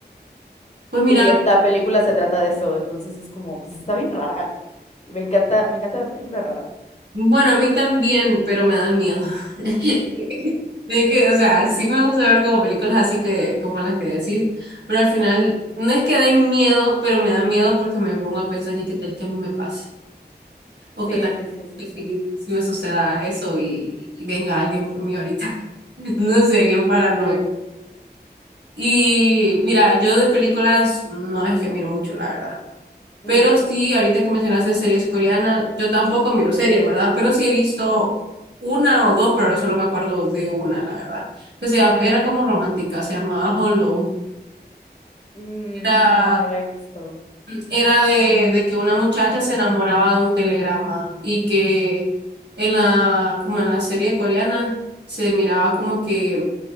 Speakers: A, on the right; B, on the left.
A: Pues mira,
B: Y es- la película se trata de eso, entonces es como, pues está bien rara. Me encanta, me encanta ver películas raras.
A: Bueno, a mí también, pero me dan miedo. <laughs> Es que, o sea, sí me gusta ver como películas así que, como las que decís, pero al final no es que den miedo, pero me da miedo porque me pongo a pensar y qué tal que a mí me pase, o
B: Sí,
A: qué tal
B: sí, sí, sí,
A: que
B: sí.
A: si, si me suceda eso y, y venga alguien por mí ahorita. <laughs> No sé, bien paranoico.
B: Sí.
A: Y mira, yo de películas no es que miro mucho, la verdad.
B: Mm,
A: Pero sí, ahorita que mencionaste series coreanas, yo tampoco miro series, ¿verdad? Pero sí he visto una o dos, pero no solo me acuerdo de una, la verdad. Que se llama- era como romántica, se llamaba Hollow.
B: mm,
A: Era,
B: no, no la he visto.
A: era de, de que una muchacha se enamoraba de un telegrama y que en la, como en la serie coreana se miraba como que